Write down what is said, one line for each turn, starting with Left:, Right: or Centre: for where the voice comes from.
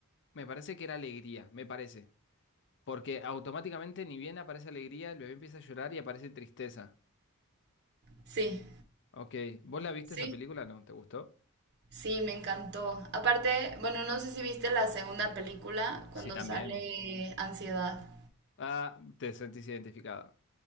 Left: Me parece que era alegría. Me parece. Porque automáticamente ni bien aparece alegría, el bebé empieza a llorar y aparece tristeza.
Right: Sí,
Left: Ok, ¿vos la viste
Right: sí,
Left: esa película? ¿No? ¿Te gustó?
Right: sí, me encantó. Aparte, bueno, no sé si viste la segunda película cuando
Left: Sí, también.
Right: sale Ansiedad.
Left: Ah, te sentís identificada.